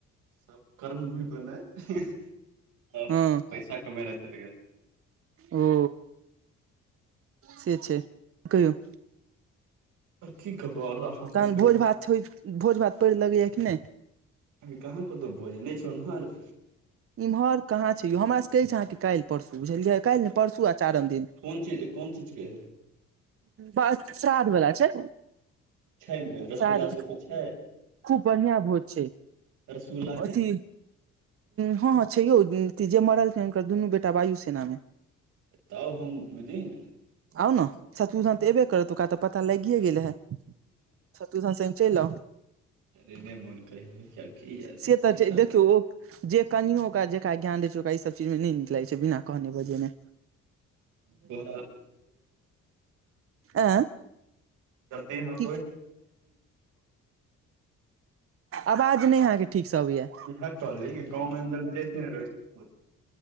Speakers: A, on the right (about 90°); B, on the right (about 50°).
A: सब कर्म भूमि पर ने सब
B: हँ
A: पैसा कमाय ला चलि गेल है
B: ओ से छै कौयो
A: की कहब आओरो अहाँ अपन
B: तहन
A: कहियौ
B: भोज भात भोज भात पड़ि लगैया कि नहि
A: अभी कहाँ क ओतहु भोज नहि छौ ओनहर
B: इम्हर कहाँ छै यौ हमरासके कह अछि छै अहाँके काल्हि परसू बुझलियै काल्हि ने परसू आ चारम दिन
A: कोन चीज कोन चीजके है
B: परसाद बला छै
A: छै ने रसगुल्ला
B: श्राद्ध
A: सबके छै
B: खूब बढ़आ भोज छै
A: रसगुल्लाके
B: अथि हँ हँ छै यौ जे मरल छै हुनकर दुनू बेटा वायु सेनामे
A: तब हम विदीन
B: आउ ने सत्रु धन तऽ एबे करत ओकरा तऽ पता लगिए गेले हे सत्रुधन चैल आउ
A: अे नहि मोन कै हेबै किब की आयल
B: से तऽ छै
A: ईसभ
B: देखियौ ओ जे कनियै ओकरा जेकरा ज्ञान रहै छै ओकरा ईसभ चीजमे नहि नीक लागै छै बिना कहने बजैने
A: ब बहु
B: एं
A: <unintelligible> जल्दी हम
B: कि आवाज नहि अहाँके ठीकसँ अबैया
A: इएह कहली की गाँवमे हम जते ने रहै छी